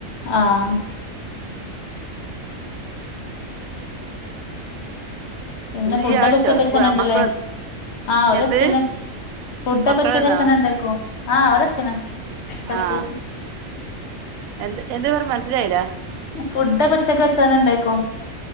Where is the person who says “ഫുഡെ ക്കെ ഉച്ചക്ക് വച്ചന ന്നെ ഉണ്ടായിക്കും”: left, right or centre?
Left